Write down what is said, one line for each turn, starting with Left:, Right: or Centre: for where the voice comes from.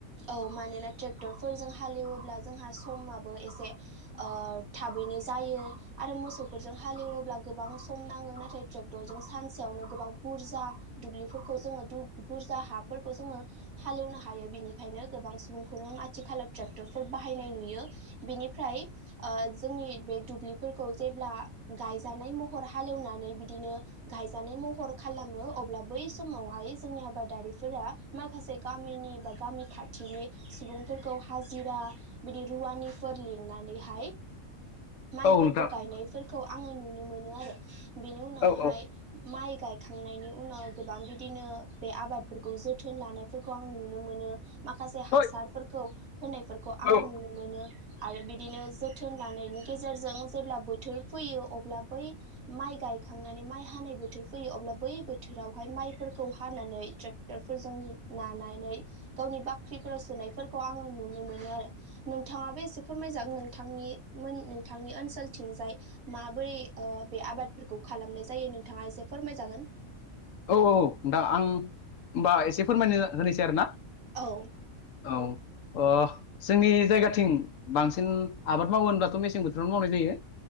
Right: औ मानोना ट्रेक्टरफोरजों हालएवोबब्ला जोंहा समाबो एसे ओ थाबैनो जायो आरो मोसौफोरजों हालेवोब्ला गोबां सम नाङो नाथाय ट्रक्टरजों सानसेयावनो गोबां बुरजा दुब्लिफोरखौ जोङो बुरजा हाफोरखौ जोङो हालेवनो हायो बेनिखायनो गोबां सुबुंखौनो आथिखालाव ट्रेक्टरफोर बाहायनाय नुयो बेनिफ्राय जोंनि बे दुब्लिफोरखौ जेब्ला गायजानाय महर हालेवनानै बिदिनो गायजानाय महर खालामो अब्ला बै समावहाय जोंनि आबादारिफोरा माखासे गामिनि बा गामि खाथिनि सुबुंफोरखौ हाजिरा बिदि रुवानि फोर लिंनानैहाय माइफोरखौ
Left: औ नोंथां
Right: गायनायफोरखौ आङो नुनो मोनो आरो बिनि उनावहाय
Left: औ औ
Right: माइ गायखांनायनि उनाव गोबां बिदिनो बे आबादफोरखौ जोथोन लानायफोरखौ आं नुनो मोनो माखासे हासारफोरखौ
Left: ओइ
Right: होनायफोरखौ आङो
Left: औ
Right: नुनो मोनो आरो बिदिनो जोथोन लानायनि गेजेरजों जेब्ला बोथोर फैयो अब्ला बै माइ गाय गायखांनानै माइ हानाय बोथोर फैयो अब्ला बै बोथोरावहाय माइफोरखौ हानानै ट्रेक्टरफोरजों नानानै गावनि बाख्रिफोराव सोनायफोरखौ आङो नुनो मोनो आरो नोंथाङाबो एसे फोरमायजागोन नोंथांनि मोन नोंथांनि ओनसोलथिंजाय माबोरै बे आबादफोरखौ खालामनाय जायो नोंथाङा एसे फोरमायजागोन
Left: औ औ औ नोंथां आं होनबा एसे फोरमायनो होनोसै आरो ना
Right: औ
Left: औ अ जोंनि जायगाथिं बांसिन आबाद मावो होनबाथ' मेसें बोथोरावनो मावनाय जायो